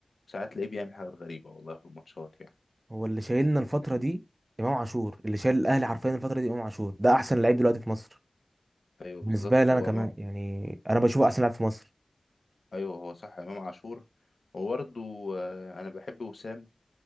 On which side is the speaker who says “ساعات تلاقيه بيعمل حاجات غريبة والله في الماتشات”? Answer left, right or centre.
Left